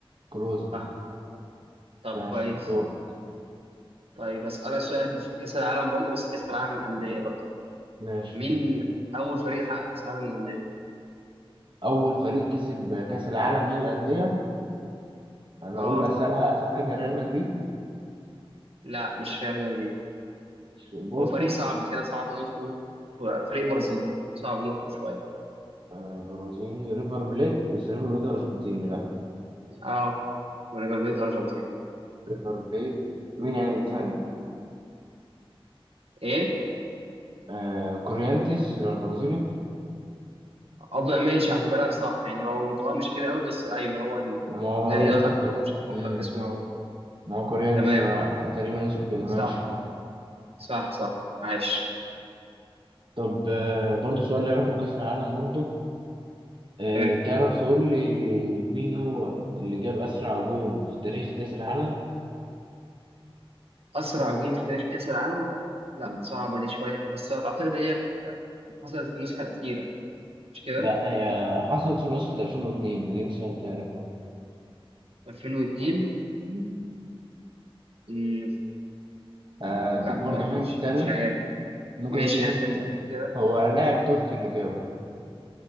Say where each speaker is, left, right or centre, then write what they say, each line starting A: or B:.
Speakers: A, on the right; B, on the right.
A: كلوزة
B: صح طب
A: ماشي
B: كويس
A: دور
B: طيب أسألك سؤال في كأس العالم برضو بس كأس العالم للأندية بقى
A: ماشي
B: مين أول فريق حقق كأس العالم للأندية؟
A: أول فريق كسب كأس العالم ليه الأندية أنا
B: آه
A: أقول له أسألها أسهل حاجة ريال مدريد
B: لا مش ريال مدريد
A: مش بورتو
B: هو فريق صعب كده صعب نطقه فريق برازيلي صعب نطقه شوية
A: آه، برازيلي ريفر بليت بس ريفر بليت أرجنتيني لا
B: آه وليفر بيت أرجنتين
A: ريفر بليت مين يعني ثاني
B: إيه؟
A: آه كوريانتيس البرازيلي
B: أب ماشي هعتبرك صح يعني هو نطقها مش كده قوي بس أيوه هو
A: ما هو
B: النادي ده
A: انتر
B: عشان
A: ك-
B: برضه مش عارف
A: مم.
B: أنطق اسمه أوي.
A: ما هو كوريا انت
B: تمام
A: سمع- تقريبا اسمه كده
B: صح
A: ماشي
B: صح صح عايش
A: طب آه، برضه سؤال له علاقة بكأس العالم برضه آه،
B: حلو
A: تعرف تقول لي مين هو اللي جاب أسرع جول في تاريخ كأس العالم؟
B: أسرع جون في تاريخ كأس العالم لا
A: مم.
B: صعبة دي شوية يعني بس أعتقد هي في- حصلت في النسخة الأخيرة مش كده
A: لا هي حصلت في نسخة 2002 دي سهلتها لك اهو
B: 2002
A: مم.
B: مم،
A: آه، اديك
B: لا
A: برضه
B: ما مش
A: هنت تاني
B: مش عارف
A: ممكن
B: ماشي
A: اديك
B: هات
A: هنت تاني
B: أنت تاني كده
A: هو لاعب تركي اللي جابه